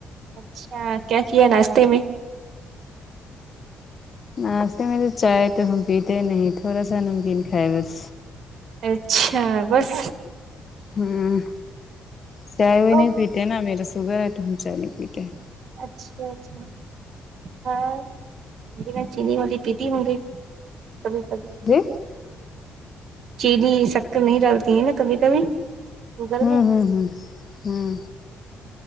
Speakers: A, on the right; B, on the left.
A: اچھا کیا کیا ناشتے میں
B: ناشتے میں تو چائے تو ہم پیتے نہیں تھوڑا سا نمکین کھائے بس
A: اچھا بس
B: ہوں چائے وائے
A: او
B: نہیں پیتے نا میرا سوگر ہے تو ہم چائے نہیں پیتے ہیں
A: اچھا اچھا ہاں بنا چینی والی پیتی ہوں گی کبھی کبھی
B: جی
A: چینی سکر نہیں ڈالتی ہے نا کبھی کبھی شوگر
B: ہوں
A: میں
B: ہوں ہوں ہوں